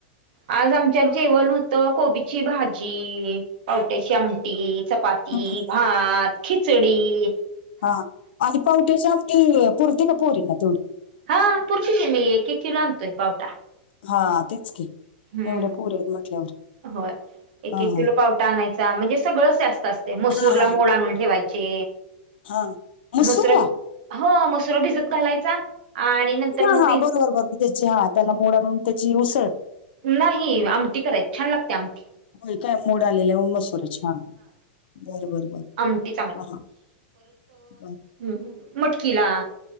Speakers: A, on the right (about 60°); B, on the left (about 70°).
A: आज आमच्यात जेवण होतं, कोबीची भाजी, पावट्याशी आम टि, चपाती,
B: हम्म.
A: भात, खिचडी.
B: हा हा, आणि पावट्याच्या ते पुरते का पोरीना तेवढी.
A: हा पुरती की मी एक एक किलो आणतोय पावटा.
B: हा तेच की,
A: हम्म!
B: एवढ्या पोरी आहेत म्हटल्यावर
A: होय, एक
B: हा
A: एक
B: हा
A: किलो पाव आणायचा म्हणजे सगळंच जास्त असते मसूरला
B: हा हा
A: मोड आणून ठेवायचे.
B: हा हा मसूरला
A: मुसरा हो मसरा भिजत घालायचा आणि नंतर
B: हा
A: मग
B: हा
A: भि
B: बरोबर बरोबर त्याची हा त्याला मोड आणून त्याची उसळ.
A: नाही आमटी करायच छान लागते आमटी.
B: होय काय मोड आलेल्या मसूरच्या हा बर बर बर
A: आमटी
B: ह. हम!
A: हम्म! मटकीला.